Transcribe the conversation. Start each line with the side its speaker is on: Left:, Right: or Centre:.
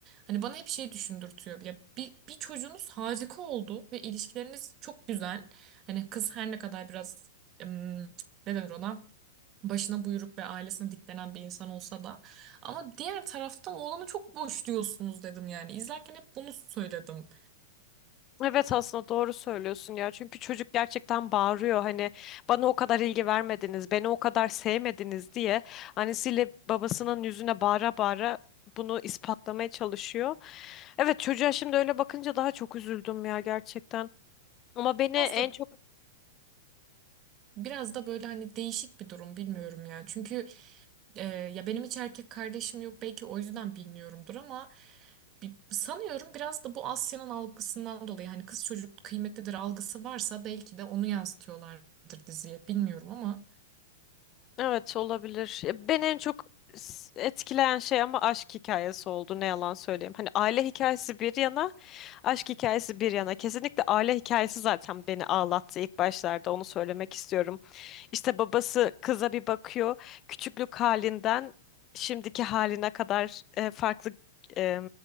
Right: hani bana hep şey düşündürtüyor. Ya bir, bir çocuğunuz harika oldu ve ilişkileriniz çok güzel. Hani kız her ne kadar biraz em, ne denir ona? başına buyruk ve ailesine diklenen bir insan olsa da ama diğer taraftan oğlanı çok boş diyorsunuz dedim yani izlerken hep bunu söyledim.
Left: Evet aslında doğru söylüyorsun ya. Çünkü çocuk gerçekten bağırıyor hani bana o kadar ilgi vermediniz, beni o kadar sevmediniz diye annesiyle babasının yüzüne bağıra bağıra bunu ispatlamaya çalışıyor. Evet çocuğa şimdi öyle bakınca daha çok üzüldüm ya gerçekten. Ama beni
Right: Biraz
Left: en
Right: da
Left: çok
Right: biraz da böyle hani değişik bir durum bilmiyorum ya. Çünkü Ee, ya benim hiç erkek kardeşim yok belki o yüzden bilmiyorumdur ama bi- sanıyorum biraz da bu Asya'nın algısından dolayı hani kız çocuk kıymetlidir algısı varsa belki de onu yansıtıyorlardır diziye bilmiyorum ama
Left: evet olabilir. Ya Beni en çok s- etkileyen şey ama aşk hikayesi oldu ne yalan söyleyeyim. Hani aile hikayesi bir yana, aşk hikayesi bir yana. Kesinlikle aile hikayesi zaten beni ağlattı ilk başlarda onu söylemek istiyorum. İşte babası kıza bir bakıyor. Küçüklük halinden şimdiki haline kadar e, farklı e,